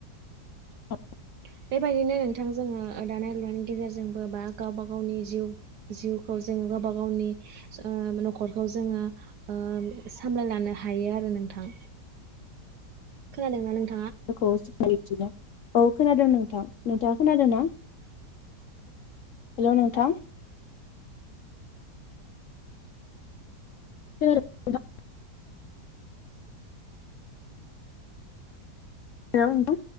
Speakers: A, on the left; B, on the right.
A: <unintelligible>
B: <unintelligible> बेबायदिनो नोंथां जोङो दानाय लुनायनि गेजेरजोंबो बा गावबा गावनि जिउ जिउखौ जोङो गावबा गावनि ओ न'खरखौ जोङो ओ सामलायलनो हायो आरो नोंथां। खोनादोंना नों
A: <unintelligible> औ खोनादों नोंथां नोंथाङा खोनादों ना हेल' नोंथां <inaudible> हेल <inaudible>